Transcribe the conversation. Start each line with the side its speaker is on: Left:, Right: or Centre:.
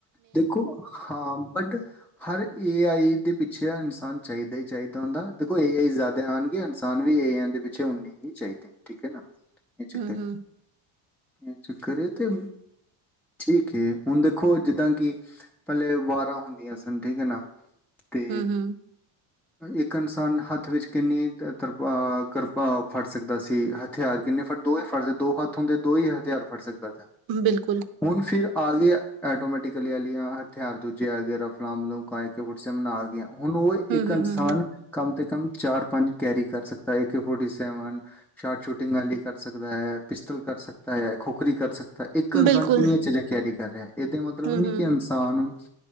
Centre: ਦੇਖੋ ਹਾਂ ਬਟ ਹਰ ਏ ਆਈ ਦੇ ਪਿੱ ਪਿੱਛੇ ਆ ਇਨਸਾਨ ਚਾਹੀਦਾ ਹੀ ਚਾਹੀਦਾ ਹੁੰਦਾ ਦੇਖੋ ਏ ਆ ਜ਼ਿਆਦਾ ਆਣਗੇ ਇਨਸਾਨ ਵੀ ਏ ਆਈ ਦੇ ਪਿੱਛੇ ਉਨੇ ਹੀ ਚਾਹੀਦੇ ਨੇ ਠੀਕ ਹੈ ਨਾ। ਇਹ ਚੱਕਰ
Right: ਹੂੰ- ਹੂੰ।
Centre: ਇਹ ਚੱਕਰ ਹੈ ਤੇ ਠੀਕ ਏ ਹੁਣ ਦੇ ਦੇਖੋ ਜਿੱਦਾਂ ਕਿ ਪਹਿਲੇ ਵਾਰਾਂ ਹੁੰਦੀਆਂ ਸਨ ਠੀਕ ਹੈ ਨਾ ਤੇ
Right: ਹਮ ਹਮ
Centre: ਇੱਕ ਇਨਸਾਨ ਹੱਥ ਵਿੱਚ ਕਿੰਨੀ ਰਪਾ ਕਿਰਪਾ ਫੜ ਸਕਦਾ ਸੀ ਹਥਿਆਰ ਕਿੰਨੇ ਫੜ ਦੋ ਹੀ ਫੜਦੇ ਦੋ ਹੱਥ ਹੁੰਦੇ ਦੋ ਹੀ ਹਥਿਆਰ ਫੜ ਸਕਦੇ।
Right: ਬਿਲਕੁਲ,
Centre: ਹੁਣ ਫਿਰ ਆ ਗਿਆ ਐਟੋਮੈਟਿਕਲੀ ਵਾਲੀਆਂ ਹਥਿਆਰ ਦੂਜੇ ਆ ਗਏ ਰਫਲਾਂ ਮਤਲਬ ਕਹਿ ਕੇ ਫੁੜਸ ਮਨਾ ਗੀਆਂ। ਹੁਣ ਉਹ ਇੱਕ
Right: ਹੂੰ, ਹੂੰ,
Centre: ਇਨਸਾਨ
Right: ਹੂੰ,
Centre: ਕੰਮ ਕੰਮ ਚਾਰ ਪੰਜ ਕੈਰੀ ਕਰ ਸਕਦਾ ਏ ਫੋਰਟੀ ਸੇਵਨ ਸ਼ਾਰਟ ਸ਼ੂਟਿੰਗ ਵਾਲੀ ਕਰ ਸਕਦਾ ਹੈ, ਪਿਸਟਲ ਕਰ ਸਕਤਾ ਹੈ ਖੋਖਰੀ ਕਰ ਸਕਦਾ ਤਾਂ ਇੱਕ
Right: ਹੂੰ,
Centre: ਇਨਸਾਨ
Right: ਬਿਲਕੁਲ,
Centre: ਕਿੰਨੀਆਂ ਚੀਜ਼ਾ ਕੈਰੀ ਕਰ ਰਿਹਾ ਹੈ ਇਹਦੇ ਮਤਲਬ
Right: ਹੂੰ,
Centre: ਨੀ
Right: ਹੂੰ,
Centre: ਕਿ ਇਨਸਾਨ